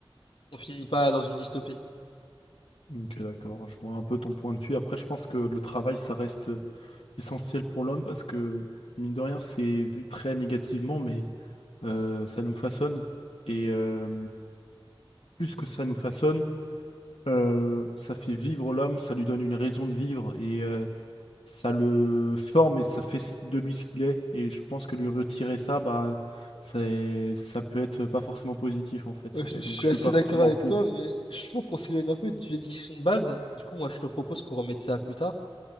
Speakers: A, on the left; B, on the left.
A: on finit pas dans une dystopie.
B: Ok, d'accord. Je vois un peu ton point de vue. Après, je pense que le travail, ça reste euh, essentiel pour l'homme parce que, mine de rien, c'est vu très négativement, mais euh, ça nous façonne. Et euh, plus que ça nous façonne, euh, ça fait vivre l'homme, ça lui donne une raison de vivre. Et euh, ça le forme et ça fait de lui ce qu'il est. Et je pense que lui retirer ça, bah, c'est, ça peut être pas forcément positif en fait.
A: Ouais, je
B: Et
A: je suis
B: donc je
A: assez
B: suis pas
A: d'accord
B: forcément
A: avec
B: pour.
A: toi, mais je trouve qu'on s'éloigne un peu du Discussion de base. Du coup, moi, je te propose qu'on remette ça à plus tard.